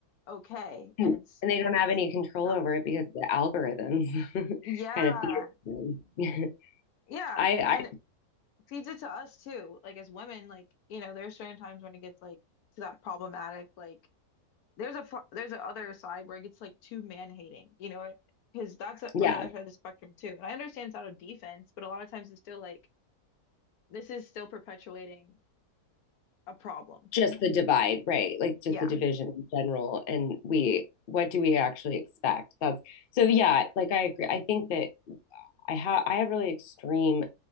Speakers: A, on the left; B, on the left.
A: okay, and
B: the,
A: it's
B: and they don't have any control
A: not.
B: over it because the algorithms <laughs>
A: Yeah,
B: kind of feed it to them. <laughs>
A: yeah,
B: I,
A: and
B: I,
A: it feeds it to us too. Like as women, like you know, there are certain times when it gets like to that problematic, like There's a far, there's a other side where it gets like too man-hating, you know, because that's a,
B: yeah,
A: another side of the spectrum too. And I understand it's out of defense, but a lot of times it's still like this is still perpetuating a problem.
B: just the divide, right? Like just
A: Yeah,
B: the division in general. And we, what do we actually expect? That's so, yeah, like I agree. I think that I have, I have really extreme